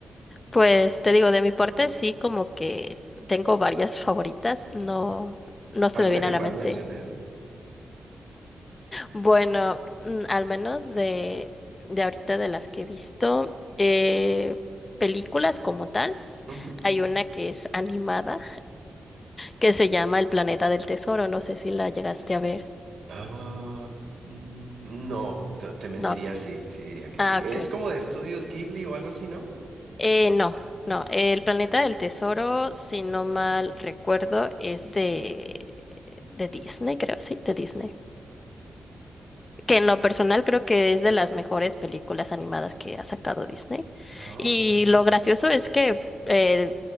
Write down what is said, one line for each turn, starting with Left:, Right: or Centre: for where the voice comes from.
Left: Pues te digo, de mi parte sí, como que tengo varias favoritas, no, no se
Right: ¿Alguna
Left: me viene
Right: que
Left: a
Right: puedas
Left: la mente.
Right: mencionar?
Left: Bueno, mm, al menos de, de ahorita de las que he visto, eh, películas como tal,
Right: Ujú.
Left: hay una que es animada, que se llama El Planeta del Tesoro, no sé si la llegaste a ver.
Right: Ah, mm, no, no, te mentiría
Left: No.
Right: sí, sí diría que
Left: Ah,
Right: sí. Es
Left: ok.
Right: como de estudios Ghibli o algo así, ¿no?
Left: Eh, no, no, el planeta del tesoro, si no mal recuerdo, es de, de Disney, creo, sí, de Disney. Que en lo personal creo que es de las mejores películas animadas que ha sacado Disney.
Right: Ah,
Left: Y
Right: ok.
Left: lo gracioso es que, eh,